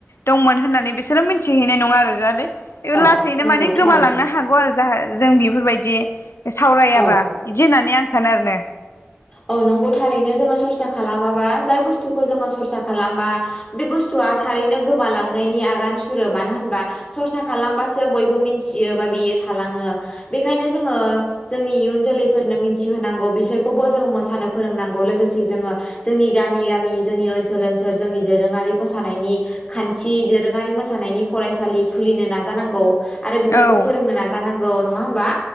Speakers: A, on the left; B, on the left.
A: दंमोन होननानै बिसोरो मोनथिहैनाय नङा आरो जाहादे ओ
B: औ
A: लासैनो
B: नंगौ
A: माने
B: थारैनो
A: गोमालांनो हागौ आरो ज जाहो जों बिफोरबायदि सावरायाबा
B: औ
A: इदि होननानै आं सानो ओरनो
B: औ नंगौ थारैनो जोङो सरसा खालामाबा जाय बुस्थुखौ जोङो सरसा खालामा बे बुस्थुआ थारैनो गोमालांनायनि आगान सुरो मानो होनबा सरसा खालामबासो बयब बो मिन्थियो बा बेयो थालाङो। बेखायनो जोंङो जोंनि इयुन जोलैफोरनो मिथिहोनांगौ बिसोर खौबो जोङो मोसानो फोरोंनांगौ लोगोसे जोङो जोंनि गामि गामि जोंनि ओनसोल ओनसोल जोंनि दोरोङारि मोसानायनि खान्थि दोरोङारि मोसानायनि फरायसालि खुलिनो नाजानांगौ। आरो बिसोरखौ
A: औ ओं
B: फोरोंनो नाजानांगौ नं नङा होमबा?